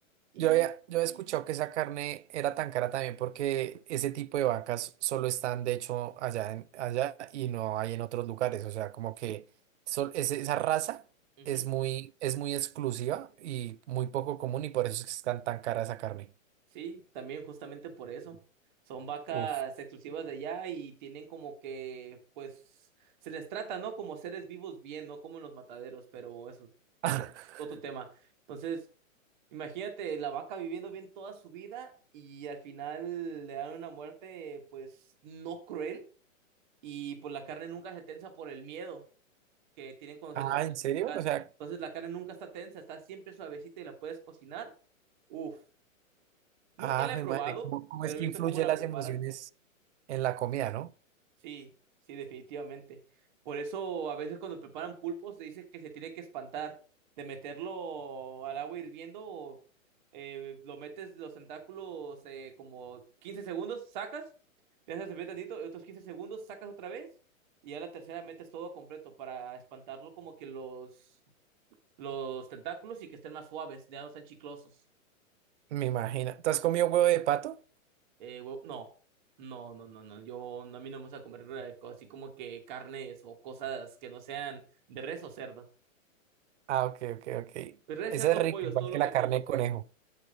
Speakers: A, on the right; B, on the right.
A: Y.
B: Yo había, yo he escuchado que esa carne era tan cara también porque ese tipo de vacas solo están de hecho allá, en- allá y no hay en otros lugares. O sea, como que sol- ese- esa raza
A: ujú.
B: es muy, es muy exclusiva y muy poco común y por eso es que están tan cara esa carne.
A: Sí, también justamente por eso. Son vacas
B: Uf.
A: exclusivas de allá y tienen como que, pues, se les trata, ¿no? Como seres vivos bien, no como en los mataderos, pero eso es
B: <laughs>
A: otro tema. Entonces, imagínate la vaca viviendo bien toda su vida y al final le dan una muerte, pues, no cruel y pues la carne nunca se tensa por el miedo que tienen cuando
B: Ah,
A: se les va a sacrificar.
B: ¿en serio? O sea,
A: Entonces, la carne nunca está tensa, está siempre suavecita y la puedes cocinar. Uf, nunca
B: ah,
A: la he
B: mi
A: probado,
B: madre, ¿cómo, cómo
A: pero
B: es que
A: he visto
B: influye
A: cómo la
B: las
A: preparan.
B: emociones en la comida, no?
A: Sí, sí, definitivamente. Por eso a veces cuando preparan pulpos se dice que se tiene que espantar de meterlo al agua hirviendo, eh, lo metes los tentáculos eh, como 15 segundos, sacas, te haces servir tantito, y otros 15 segundos, sacas otra vez y ya la tercera metes todo completo para espantarlo como que los, los tentáculos y que estén más suaves, ya no están chiclosos.
B: Me imagino. ¿Tú has comido huevo de pato?
A: Eh, hue- no, no, no, no, no. Yo no, a mí no me gusta comer eh, co- así como que carnes o cosas que no sean de res o cerdo.
B: Ah, ok, ok, ok.
A: Pues res,
B: Esa
A: cerdo,
B: es rica,
A: pollo
B: igual
A: es todo lo
B: que la
A: que
B: carne
A: como.
B: de conejo.